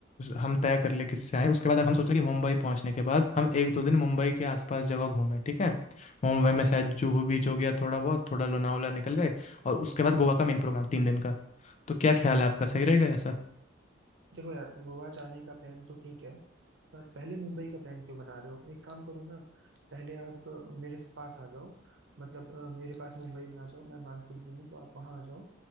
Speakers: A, on the left; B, on the right.
A: हम तय कर ले किससे आए उसके बाद हम सोच रहे हैं कि मुंबई पहुंचने के बाद हम एक दो दिन मुंबई के आसपास जगह घूमें ठीक है मुंबई
B: हाँ
A: में
B: हाँ
A: शायद जुहू बीच हो गया थोड़ा बहुत थोड़ा लोनावला निकल गए और उसके बाद गोवा का मेन प्रोग्राम तीन दिन का तो क्या ख्याल है आपका सही रहेगा ऐसा
B: देखो यार गोवा जाने का प्लान तो ठीक है पर पहले मुंबई का प्लान क्यों बना रहे हो एक काम करो ना पहले आप अ, मेरे पास आ जाओ मतलब अ, मेरे पास मुंबई में आ जाओ मैं मानकुल में हूँ तो आप वहाँ आ जाओ